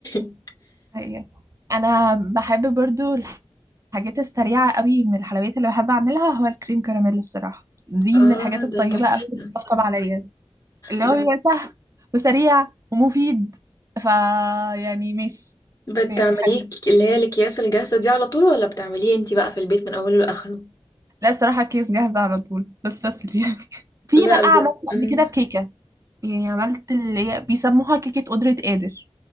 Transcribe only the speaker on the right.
حقيقة انا بحب برضو الحاجات السريعة قوي من الحلويات اللي بحب أعملها هو الكريم كراميل الصراحة دي
من الحاجات الطيبة
قوي اللي بتطبطب عليا اللي
هو بيبقى سهل وسريع ومفيد فا يعني ماشي
ماشي حلو
لا الصراحة الكيس جاهزة على طول بس بس يعني <laughs> في
بقى
عملت
قبل كده بكيكة يعني عملت اللي هي بيسموها كيكة قدرة قادر